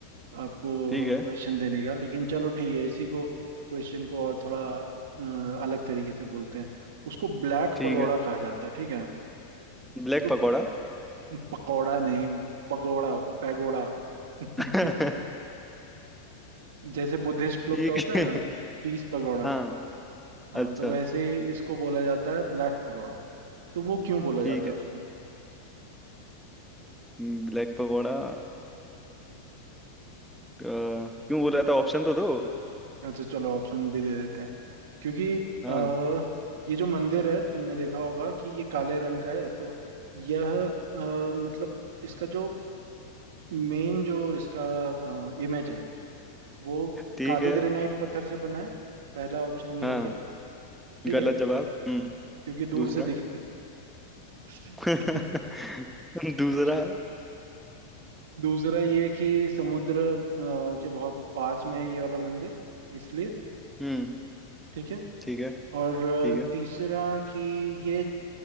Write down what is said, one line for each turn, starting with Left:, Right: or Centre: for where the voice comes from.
Right: आपको
Centre: ठीक है
Right: क्वेश्चन देने का लेकिन चलो ठीक है इसी को क्वेश्चन को और थोड़ा अ, अलग तरीके से बोलते हैं उसको ब्लैक
Centre: ठीक
Right: पगोड़ा
Centre: है
Right: कहा जाता है ठीक है
Centre: ब्लैक
Right: तो
Centre: पकौड़ा
Right: पकौड़ा नहीं पगोड़ा पैगोड़ा <laughs>
Centre: <laughs>
Right: जैसे बुद्धिस्ट लोग
Centre: ठीक
Right: का होता है
Centre: है
Right: ना पीस पगोड़ा
Centre: हाँ
Right: हाँ
Centre: अच्छा
Right: तो वैसे ही इसको बोला जाता है ब्लैक पगोड़ा तो वो क्यों बोला
Centre: ठीक
Right: जाता
Centre: है
Right: है उसको
Centre: हम्म, ब्लैक पकौड़ा अ, क्यों बोला था ऑप्शन तो दो
Right: अच्छा चलो ऑप्शन भी दे देते हैं क्योंकि
Centre: हाँ
Right: आ, ये जो मंदिर है तुमने देखा होगा कि ये काले रंग का है तो यह अ, मतलब इसका जो मेन जो इसका इमेज है वो
Centre: ठीक
Right: काले
Centre: है
Right: ग्रेनाइट पत्थर से बना है पहला ऑप्शन ये
Centre: हाँ
Right: हो गया ठीक
Centre: गलत
Right: है
Centre: जवाब हम्म
Right: क्योंकि दूर
Centre: दूसरा
Right: से दिख <laughs>
Centre: <laughs> दूसरा
Right: दूस- दूसरा ये कि समुद्र अ, के बहुत पास में है ये वाला मंदिर इसलिए
Centre: हम्म
Right: ठीक है
Centre: ठीक है
Right: और अ,
Centre: ठीक है
Right: तीसरा कि ये